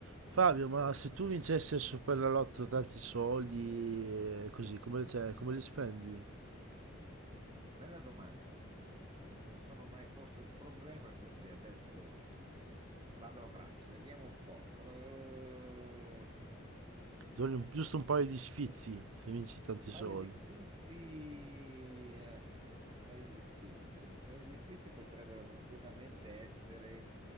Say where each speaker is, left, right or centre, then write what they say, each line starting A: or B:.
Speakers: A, on the right (about 80°); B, on the right (about 25°).
A: Fabio, ma se tu vincessi al Superenalotto tanti soldi, eh, così, come, cioè, come li spendi?
B: Bella domanda. Non me lo sono mai posto il problema, quindi adesso vado a braccio, vediamo un po'. Eh,
A: Ti voglio un- giusto un paio di sfizi se vinci tanti
B: Paio
A: soldi.
B: di sfizi, eh, paio di sfizi, un paio di sfizi potrebbero tranquillamente essere